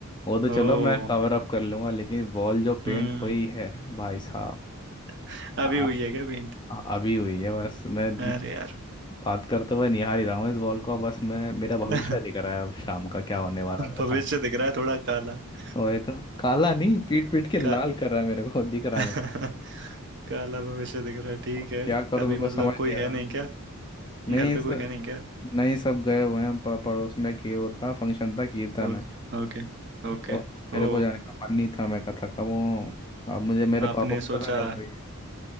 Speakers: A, on the left; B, on the right.
A: वो तो चलो
B: ओ
A: मैं कवर अप कर लूंगा लेकिन वॉल जो पेंट
B: हम्म
A: हुई है भाई साहब
B: <laughs> अभी
A: आ,
B: हुई है क्या पेंट
A: आ- अभी हुई है बस मैं
B: अरे यार
A: बात करते हुए निहार ही रहा हूँ इस बॉल को बस मैं मेरा भविष्य
B: <laughs>
A: दिख रहा है अब शाम का क्या होने वाला है ऐसा
B: भविष्य दिख रहा है थोड़ा काला <laughs>
A: वही तो काला नहीं पीट पीट के लाल
B: का,
A: कर रहा है मेरे को दिख रहा
B: <laughs>
A: है मेरा
B: काला भविष्य दिख रहा है ठीक
A: अब
B: है
A: क्या करूँ
B: अभी
A: मेरे
B: मतलब
A: को समझ नहीं
B: कोई है
A: आ रहा
B: नहीं क्या
A: नहीं
B: घर पे
A: सर
B: कोई है नहीं क्या
A: नहीं सब गए हुए हैं प- पड़ोस में कि वो था फंक्शन था कीर्तन
B: Okay
A: है
B: okay ओके
A: तो मेरे
B: ओ
A: को जाने का मन नहीं था मैं कहा थका हुआ हूं। अब मुझे मेरे
B: आपने
A: पापा को
B: सोचा
A: सजा मिल रही है